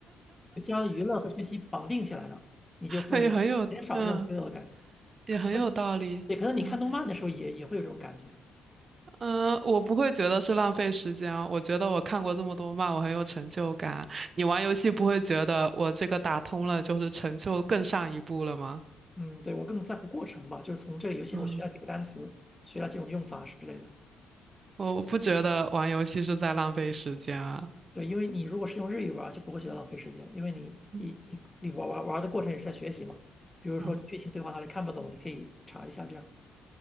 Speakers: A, on the left; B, on the right.
A: 将娱乐和学习绑定起来了，你就会减少这种罪恶感。
B: <laughs> 也很有嗯也很有道理，
A: 嗯，对，可能你看动漫的时候也也会有这种感觉。
B: 嗯。嗯，我不会觉得是浪费时间啊，我觉得我看过这么多漫，我很有成就感。你玩游戏不会觉得我这个打通了就是成就更上一步了吗？
A: 嗯，对，我更在乎过程吧，就是从这个游戏中我学了几个单词，
B: 嗯，
A: 学了几种用法之类的。
B: 我不觉得玩游戏是在浪费时间啊。
A: 对，因为你如果是用日语玩儿，就不会觉得浪费时间，因为你你你你玩玩玩的过程也是在学习嘛。
B: 嗯
A: 比如说剧情对话哪里看不懂，
B: 嗯，
A: 你可以查一下这样。